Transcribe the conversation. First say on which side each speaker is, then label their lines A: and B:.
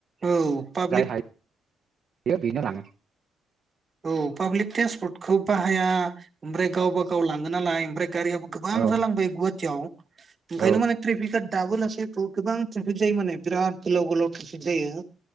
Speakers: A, on the right; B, on the right.
A: औ पाब्लिक
B: जाय हायो बेनो लाङो
A: औ पाब्लिक ट्रेन्सपर्टखौ बाहाया ओमफ्राय गावब गाव गाव लाङो नालाय ओमफ्राय गारियाबो गोबां
B: औ
A: जालांबाय गुवाहाटियाव ओंखायनो
B: औ
A: माने ट्रेफिकआ दाबोलासेैथ' गोबां ट्रेफिक जायो माने बिराद गोलाव गोलाव। ट्रेफिक जायो